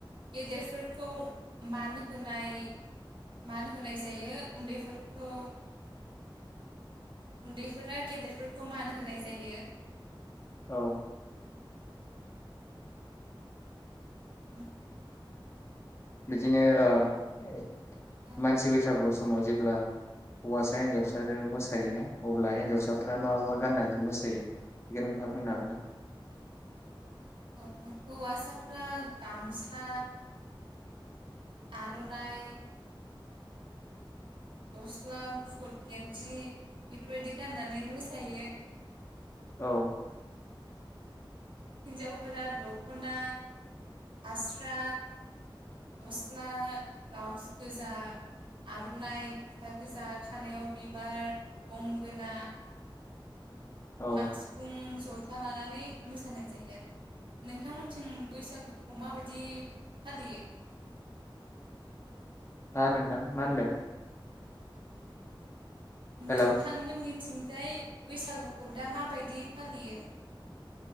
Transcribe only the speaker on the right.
गेदेरफोरखौ मान होनाय मान होनाय जायो उन्दैफोरखौ उन्दैफोरा गेदेरफोरखौ मान होनाय जायो
<inaudible>
औ
औ हौवासाफ्रा गामसा आरनाइ गस्ला गुफुर गेंदि बेफोरबायदि गाननानै मोसायो
हिन्जावफोरा दखना हास्रा गस्ला ब्लाउस गोजा आरनाइ फोथा गोजा खानायाव बिबार गंगोना
खाम सिफुं ज जथा लानानै मोसानाय जायो आरो नोंथांमोनथिं बैसागुखौ माबायदि फालियो
नोंथांमोननि बेथिंजाय बैसागुखौ दा माबायदि फालियो